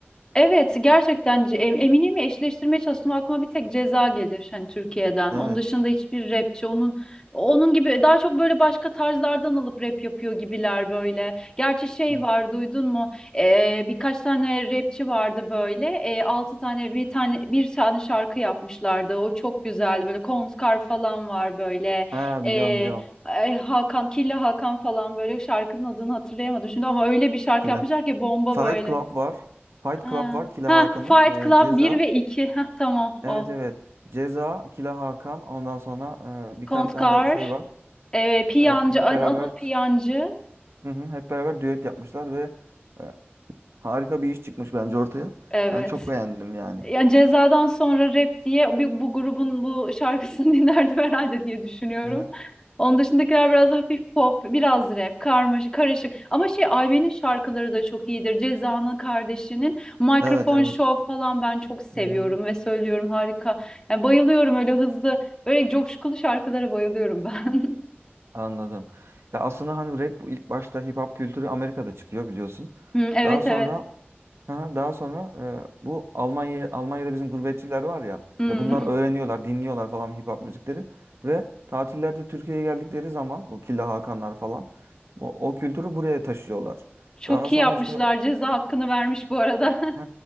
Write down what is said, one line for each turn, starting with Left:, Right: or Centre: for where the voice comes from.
Left: Evet gerçekten ce- em- Emine'mi eşleştirmeye çalıştım aklıma bir tek Ceza gelir hani Türkiye'den.
Right: Evet.
Left: Onun dışında hiçbir rapçi onun onun gibi daha çok böyle başka tarzlardan alıp rap yapıyor gibiler böyle. Gerçi şey
Right: Hı.
Left: var duydun mu? Ee, birkaç tane rapçi vardı böyle. Ee, altı tane bir tane bir tane şarkı yapmışlardı. O çok güzeldi böyle Kontkar falan var böyle.
Right: Ha
Left: Ee,
Right: biliyorum biliyorum.
Left: Ay, Hakan, Killa Hakan falan böyle şarkının adını hatırlayamadım şimdi ama öyle bir şarkı
Right: Killa.
Left: yapmışlar ki bomba
Right: Fight
Left: böyle.
Right: Club var. Fight
Left: Ha,
Right: Club var Killa
Left: ha,
Right: Hakan'ın.
Left: Fight
Right: E,
Left: Club
Right: Ceza.
Left: bir ve 2. Ha, tamam
Right: Evet
Left: o.
Right: evet. Ceza, Kila Hakan. Ondan sonra e, birkaç
Left: Kontkar,
Right: tane de şey var.
Left: e, Piyancı,
Right: E, hep
Left: An-
Right: beraber
Left: Anıl Piyancı.
Right: hı hı, hep beraber düet yapmışlar ve e, harika bir iş çıkmış bence ortaya.
Left: Evet.
Right: Ben çok beğendim yani.
Left: Yani Ceza'dan sonra rap diye bu, bu grubun bu şarkısını <laughs> dinlerdim herhalde diye düşünüyorum.
Right: Hı hı.
Left: Onun dışındakiler biraz hafif pop, biraz rap, karmaşık, karışık. Ama şey Ayben'in şarkıları da çok iyidir. Ceza'nın kardeşinin Mikrofon
Right: Evet evet.
Left: Show falan ben çok seviyorum
Right: Hı hı.
Left: ve söylüyorum harika. Yani bayılıyorum öyle hızlı, böyle coşkulu şarkılara bayılıyorum ben. <laughs>
Right: Anladım. Ya aslında hani rap bu ilk başta hip hop kültürü Amerika'da çıkıyor biliyorsun.
Left: Hı, evet
Right: Daha sonra
Left: evet.
Right: Aha, daha sonra e, bu Almanya Almanya'da bizim gurbetçiler var ya
Left: Hı.
Right: işte bunlar öğreniyorlar, dinliyorlar falan hip hop müzikleri ve tatillerde Türkiye'ye geldikleri zaman bu Killa Hakanlar falan bu, o kültürü buraya taşıyorlar.
Left: Çok
Right: Daha sonra
Left: iyi yapmışlar.
Right: işte
Left: Ceza hakkını vermiş bu arada.
Right: he,